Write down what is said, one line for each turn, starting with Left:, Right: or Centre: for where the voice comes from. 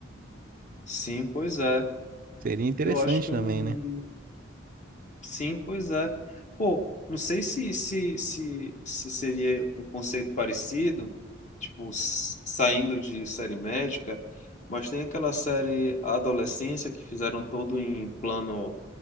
Left: sim, pois é.
Right: Seria interessante
Left: Eu acho que
Right: também,
Left: eu. hum,
Right: né?
Left: Sim, pois é. Pô, não sei se, se, se, se seria um conceito parecido, tipo, s- saindo de série médica, mas tem aquela série Adolescência que fizeram todo em plano,